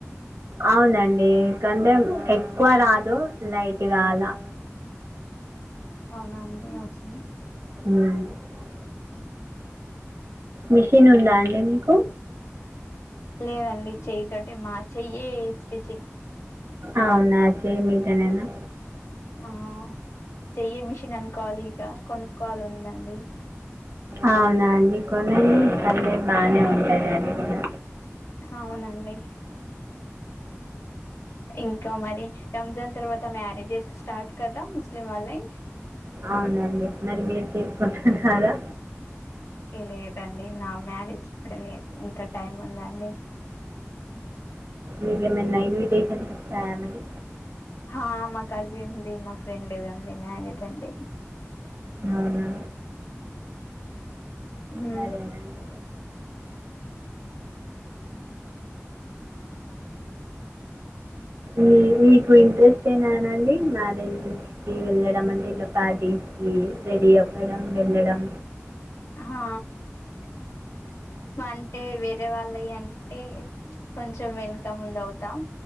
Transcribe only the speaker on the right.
అవునండీ <inaudible> కంటే ఎక్ ఎక్కువ రాదు లైట్ గా అలా
హ్మ మిషిన్ ఉందా అండి మీక్ కు
అవునా చేయి మీదనేనా
అవునా అండి. కొనండీ పర్లేదు బాగనే ఉంటది అది గూడా.
అవునండి మరి మీరు చేసుకుంటున్నారా.
ఇంకేమన్నా ఇన్విటేషన్స్ ఫ్యామిలీ
అవునా
సరేనండి మీ నీకు ఇంట్రెస్ట్ ఏనానండి మ్యారేజెస్ కి వెళ్ళడం అంటే ఇట్లా పార్టీస్ కి రెడీ అవ్వడం వెళ్ళడం